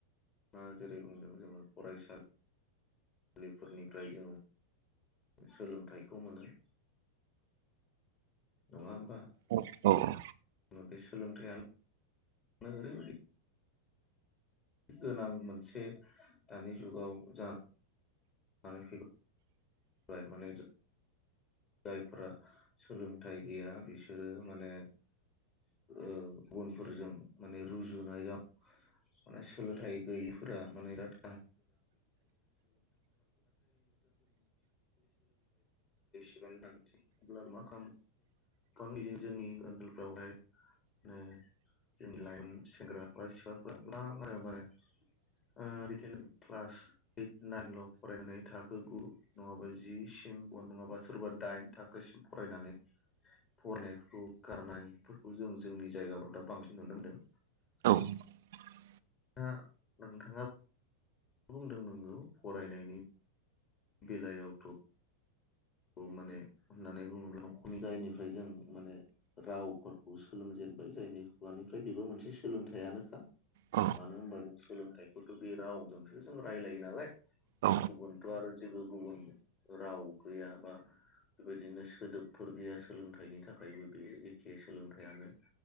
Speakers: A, on the left; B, on the right.
A: ङा जेरै बुंदों जोङो फरायसालि लिफोरनिफ्राय जोङो सोलोंथाइखौ मोनो। नङा होम
B: औ औ औ।
A: बे सोलोंथाइआ <inaudible> ने ओरैबायदि गोनां मोनसे दानि जुगाव जा <unintelligible> जायफ्रा सोलोंथाइ गैया बिसोरो माने ओ गुबुनफोरजों माने रुजुनायाव माने सोलोंथाय गैयैफोरा माने बिराद <unintelligible> <unintelligible> गोबां बिदिनो जोंनि ओनसोलफ्रावहाय ओ जोंनि लाइमोन सेंग्रा बा सिख्लाफोरा <unintelligible> ओ बिदिनो क्लास ओइट नाइनल' फरायनानै थाखो गु नङाबा जि सिम नङाबा सोरबा दाइन थाखोसिम फरायनानै फरायनायफोरखौ गारनायफोरखौ जों जोंनि जायगाफ्राव दा बांसिन नुनो मोनदों।
B: <inaudible>
A: दा नोंथाङा बुंदों नंगौ फरायनायनि बेलायावथ' माने होननानै बुङोब्ला न'खरनि जायनिफ्राय जों माने रावफोरखौ सोलोंजेनबाय जायनि खुगानिफ्राय बेबो मोनसे सोलोंथाइयानोखा।
B: औ
A: मानो होनबा जों सोलोंथाइखौथ' बे रावजोंसो जों रायलायो नालाय।
B: औ
A: गुबुनथ' आरो जेबो गुबुन राव गैया बा बेबायदिनो सोदोबफोर गैया सोलोंथाइनि थाखायबो बे एखे सोलोंथाइयानो।